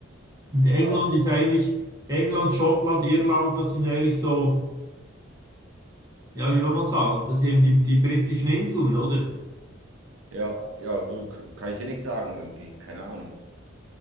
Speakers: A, on the right; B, on the right.
A: Und England
B: Ah, okay.
A: ist eigentlich, England, Schottland, Irland, das sind ja eigentlich so, ja, wie will man sagen, das sind eben die, die britischen Inseln, oder?
B: Ja, ja, gut, kann ich hier nicht sagen irgendwie, keine Ahnung.